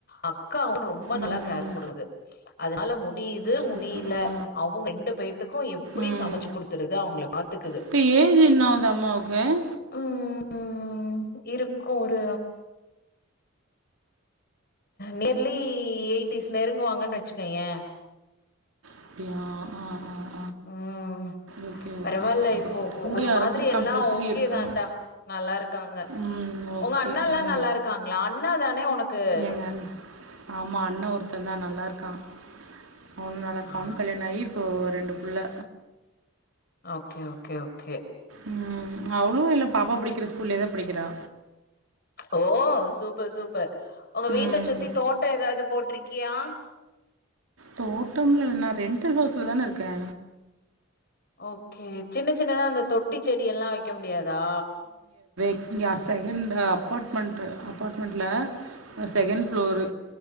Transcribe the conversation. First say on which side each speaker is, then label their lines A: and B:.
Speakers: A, on the left; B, on the right.
A: அக்காவு ரொம்ப நல்லா
B: ம்
A: கேர் குட்ருது அதுனால முட் டியுது
B: சூப்பர்
A: முடியில
B: ஆ
A: அவுங்க ரெண்டு பேத்துக்கு எப்புடி
B: ம்
A: சமச்சு குடுத்துருது அவங்கள பாத்துக்குது
B: இப்ப ஏஜ் என்ன ஆவுது அம்மாவுக்கு
A: ம் ம் இருக் ஒரு நியர்லி எயிட்டிஸ் நெருங்குவாங்கன்னு வச்சுக்கோயே
B: அப்டியா ஆ ஆ
A: ம்
B: ஓகே
A: பரவாயில்ல
B: ஓகே அப்போ
A: இப்போ
B: கூட
A: ஒரு
B: யாரோ
A: மாதிரி
B: ஒருத்தர்
A: எல்லா
B: கம்பல்சரி
A: ஓகே
B: இருக்கணு
A: தான்டா நல்லா இருக்கா ங்க
B: ம் ஓகே
A: உங்க அண்ணா எல்லா
B: ஆ
A: நல்லா இருக்காங்களா அண்ணா தானே உனக்கு
B: எங்க அண் ஆமா அண்ணா ஒருத் தேந்தா நல்லா இருக்கா அவனு நல்லா இருக்கா
A: ஆ
B: அவனுக்கு கல்யாணோ ஆயி இப்போ ரெண்டு பிள்ள
A: ஓகே ஓகே ஓகே
B: ம் அவ்ளு இல்ல பாப்பா படிக்கிற ஸ்கூல்லயேதா படிக்கிறா
A: ஓ சூப்பர் சூப்பர் உங்க வீட்ட
B: ம்
A: சுத்தி தோட்டோ ஏதாவது போட்ருக் யா
B: தோட்டம்லா இல்ல நா ரென்டல் ஹவுஸ்லதான இருக்கே
A: ஓகே சின்ன சின்னதா அந்த தொட்டி செடி எல்லா வைக்க முடி யாதா
B: இங்கயா செகண்ட்டு அப்பார்ட்மெண்ட்டு அப்பார்ட்மெண்ட்டுல செகண்ட் ஃப்ளோரு